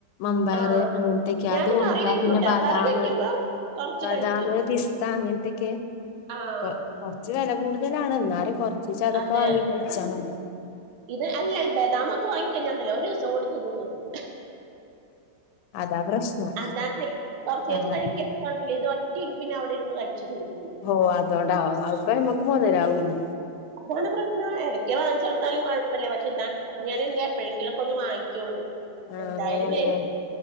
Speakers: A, on the left (about 80°); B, on the right (about 80°).
A: മമ്പായർ
B: ആഹ്
A: അങ്ങനത്തൊക്കെ
B: ഞാനത്
A: അത് കൊടുതാ
B: കറി വെക്കൂട്ടാ
A: പിന്നെ ബാദാം
B: കറി വെക്കുമ്പോ കൊറച്ച്
A: ബദാം
B: കഴിക്കും
A: പിസ്ത അങ്ങന തെകെ
B: ആഹ്
A: കൊ കൊറച്ച് വെല കൂടുതലാണ് എന്നാലും കൊറച്ച് ച അതൊക്കെ
B: അതെ
A: വാങ്ങി കഴിച്ചാൽ മതി
B: ഇത് അല്ല ബദാമൊക്കെ വാങ്ങിക്കഴിഞ്ഞാണ്ടല്ലോ ഒരു ദിവസം കൊണ്ട് തിന്ന് തീർക്കും
A: അതാ പ്രശ്നം
B: അതണ് കൊറചീച്ച
A: ആഹ്
B: കഴിക്ക കുഴപ്പമില്ല ഇത് ഒറ്റിരിപ്പി അവിടെ ഇരുന്ന് കഴിച്ച് തീർക്കൂ
A: ഓ അതൊണ്ട് അത്പ്പൊ ഞമ്മക്ക് മൊതലാവുല്ല
B: ഇതാണ് പ്രശ്നം ഇടയ്ക്കെ വാങ്ങി ച്ചെടുത്താലും കൊഴപ്പല്ല പക്ഷെ ഇത ഞാന എന്താ എപ്പോഴെങ്കിലൊക്കെ ഒ വാങ്ങിക്കൊള്ളൂ
A: ആഹ്
B: എന്തായാലും
A: അങ്ങനെയാണല്ലേ